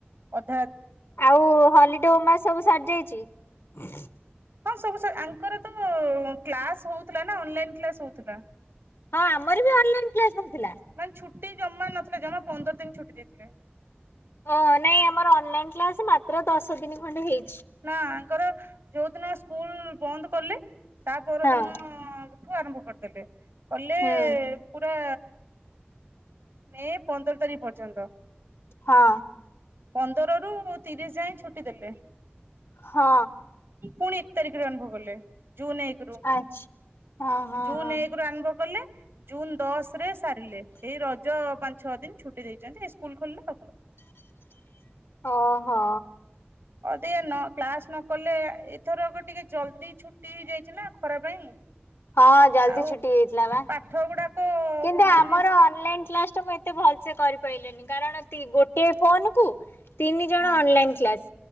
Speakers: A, on the right; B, on the left.
A: ଅ
B: ଆଉ ହଲିଡେ ଉମା ସବୁ ସାରଯାଇଛି। <inaudible>
A: ହଁ ସବୁ ସ ଆଙ୍କର ତ କ୍ଲାସ୍ ହଉ ଥିଲାନା ଅନଲାଇନ୍ କ୍ଲାସ୍ ହଉଥିଲା।
B: ହଁ ଆମର ବି ଅନଲାଇନ୍ କ୍ଲାସ୍ ହଉଥିଲା।
A: ମାନେ ଛୁଟି ଜମା ନଥିଲା ଜମା ପନ୍ଦର ଦିନି ଛୁଟି ଦେଇଥିଲେ।
B: ହଁ ନାଇଁ ଆମର ଅନଲାଇନ୍ କ୍ଲାସ ମାତ୍ର ଦଶ ଦିନ ଖଣ୍ଡେ ହେଇ
A: ନା ଆଙ୍କର ଯୋଉଦିନ ସ୍କୁଲ୍ ବନ୍ଦ କଲେ ତା ପରଦିନ
B: ହଁ
A: ଠୁ ଆରମ୍ଭ କରିଦେଲେ। କଲେ
B: ହୁଁ
A: ପୁରା ମେ ପନ୍ଦର ତାରିଖ ପର୍ଯ୍ୟନ୍ତ।
B: ହଁ
A: ପନ୍ଦର ରୁ ତିରିଶି ଯାଏଁ ଛୁ ଛୁଟି ଦେଲେ।
B: ହଁ
A: ପୁଣି ଏକ ତାରିଖରୁ ଆରମ୍ଭ କଲେ ଜୁନ୍ ଏକ ରୁ
B: ଆଚ୍ଛା। ହଁ ହଁ
A: ଜୁନ୍
B: ହଁ
A: ଏକ ରୁ ଆରମ୍ଭ ଗଲେ ଜୁନ୍ ଦଶ୍ ରେ ସାରିଲେ ଏଇ ରଜ ପାଞ୍ଚ ଛ ଦିନ୍ ଛୁଟି ଦେଇଛନ୍ତି ଏଇ ସ୍କୁଲ୍ ଖୋଲିଲେତ
B: ଅ। ହଁ।
A: <inaudible> କ୍ଲାସ ନ କଲେ ଏଥରକ ଟିକେ ଜଲଦି ଛୁଟି ହେଇଯାଇଛି ନା ଖରା ପାଇଁ
B: ହଁ ଜଲଦି
A: ଆଉ
B: ଛୁଟି ହେଇଥିଲା ବା
A: ପାଠ ଗୁଡାକ
B: କିନ୍ତୁ ଆମର
A: ମାନେ
B: ଅନଲାଇନ କ୍ଲାସ ତ ମୁ ଏତେ ଭଲ ସେେ କରିପାରନି କାରଣ ଗୋଟେ ଫୋନ କୁ ତିନି ଜଣ
A: ହଁ
B: ଅନଲାଇନ୍ କ୍ଲାସ୍।